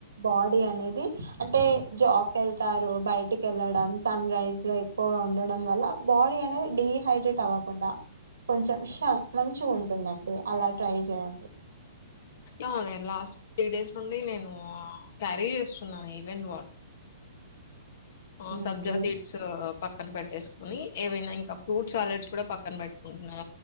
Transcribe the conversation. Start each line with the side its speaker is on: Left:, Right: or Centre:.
Right: బాడీ అనేది అంటే జాబ్ కెళ్తారు బయటికెళ్ళడం సన్ రైజ్ లో ఎక్కువగా ఉండడం వల్ల బాడీ అనేది డిహైడ్రేట్ అవ్వకుండా కొంచెం ష మంచిగ ఉంటుందండి అలా ట్రై చేయండి
Left: ఆ అదే లాస్ట్ త్రీ డేస్ నుండీ నేను క్యారీ చేస్తున్నాను ఈవెంట్ వాట్ ఆ సబ్జా
Right: ఓకే
Left: సీడ్స్ పక్కన పెట్టేసుకుని ఏవైనా ఇంకా ఫ్రూట్ చాలెట్స్ కూడా పక్కన పెట్టుకుంట్న్నా